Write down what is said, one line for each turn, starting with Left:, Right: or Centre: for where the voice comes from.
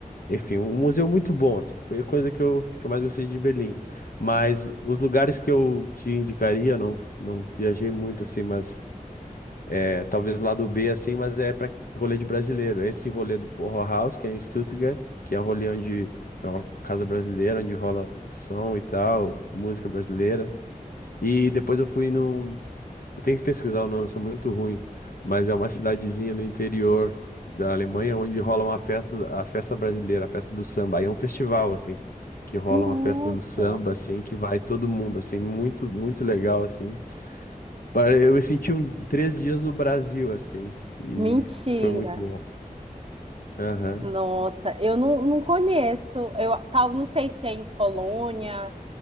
Left: Enfim, um museu muito bom, assim, foi a coisa que eu, que eu mais gostei de Berlim. Mas os lugares que eu te indicaria, não, não viajei muito, assim, mas é, talvez lá do B, assim, mas é para rolê de brasileiro. Esse rolê do Forró House, que é em Stuttgart, que é um rolê onde é uma casa brasileira, onde rola som e tal, música brasileira. E depois eu fui num. Eu tenho que pesquisar o nome, eu sou muito ruim, mas é uma cidadezinha no interior da Alemanha onde rola uma festa, a festa brasileira, a festa do samba. Aí é um festival, assim, que rola
Right: Nossa,
Left: uma festa do samba, assim, que vai todo mundo, assim, muito, muito legal, assim. Pare- Eu senti um, três dias no Brasil, assim, e,
Right: mentira.
Left: e foi muito bom. Aham.
Right: Nossa, eu não, não conheço. Eu tal, não sei se é em Colônia,